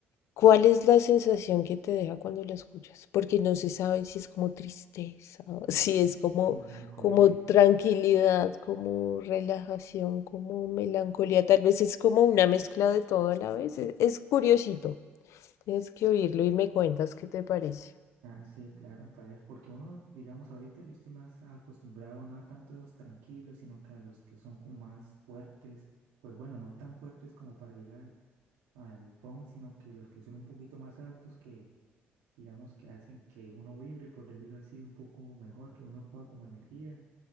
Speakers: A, on the left; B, on the right.
A: cuál es la sensación que te deja cuando la escuchas, porque no se sabe si es como tristeza, <laughs> si es como,
B: melancolía.
A: como tranquilidad, como relajación, como melancolía, tal vez es como una mezcla de todo a la vez. Es, es curiosito, tienes que oírlo y me cuentas qué te parece.
B: Ah, sí, claro, para ver, porque uno, digamos, ahorita yo estoy más acostumbrado no a tantos tranquilos, sino que a los que son como más fuertes, pues bueno, no tan fuertes como para llegar al PON, sino que los que son un poquito más altos que, digamos, que hacen que uno vibre, por decirlo así, un poco mejor, que uno coja como energía